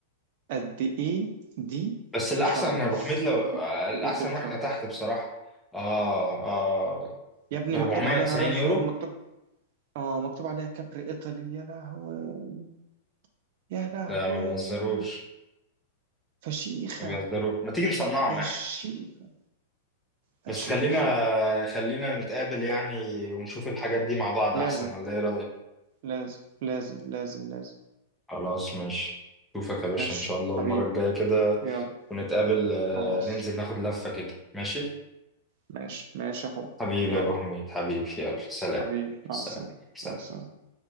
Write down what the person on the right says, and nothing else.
قد ايه دي
تخوف
ب-
بجد تخوف
يا ابني
مكتوب عليها رال
فلور مكتوب اه مكتوب عليها كابري ايطالي يا لهوي يا لهوي
فشيخة
فشيخة
فشيخة
لازم
لازم لازم لازم لازم
ماشي
حبيبي
يلا
خلاص
ماشي ماشي يا حب
يلا
حبيبي
مع السلامة
مع السلامة